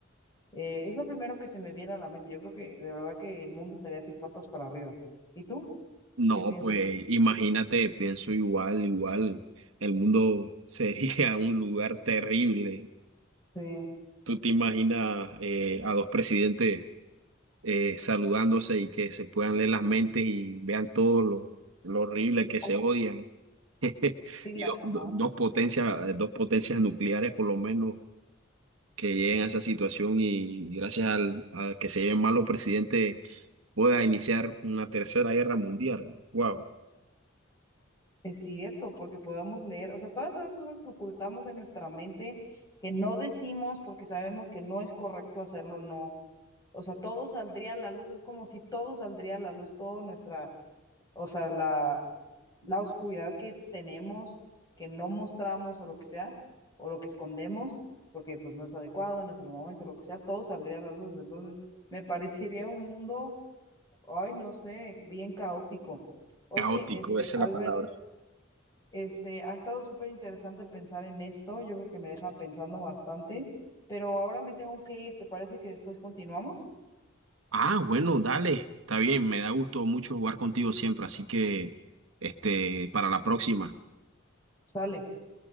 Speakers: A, on the left (about 20°); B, on the right (about 75°).
A: eh, es lo primero que se me viene a la mente. Yo creo que de verdad que el mundo estaría así patas para arriba. ¿Y tú?
B: No,
A: ¿Qué piensas?
B: pues imagínate, pienso igual, igual, el mundo sería <laughs> un lugar terrible.
A: Sí,
B: ¿Tú te imaginas eh, a dos presidentes eh, saludándose y que se puedan leer las mentes y vean todo lo, lo horrible que
A: cu-
B: se odian? <laughs>
A: sí, la,
B: Y dos,
A: ajá.
B: dos dos potencias, dos potencias nucleares por lo menos que lleguen a esa situación y gracias al, a que se lleven mal los presidentes pueda iniciar una tercera guerra mundial. Wow,
A: Es cierto, porque podamos leer, o sea, todas esas cosas que ocultamos en nuestra mente, que no decimos porque sabemos que no es correcto hacerlo, no. O sea, todo saldría a la luz, es como si todo saldría a la luz, toda nuestra o sea, la, la oscuridad que tenemos, que no mostramos o lo que sea, o lo que escondemos, porque pues no es adecuado, no es el momento, lo que sea, todo saldría a la luz. Entonces, me <laughs> parecería un mundo, ay, no sé, bien caótico. Oye,
B: caótico,
A: este,
B: esa
A: Albert,
B: es la palabra.
A: este, ha estado súper interesante pensar en esto, yo creo que me deja pensando bastante, pero ahora me tengo que ir, ¿te parece que después continuamos?
B: Ah, bueno, dale, está bien, me da gusto mucho jugar contigo siempre, así que este, para la próxima.
A: Sale,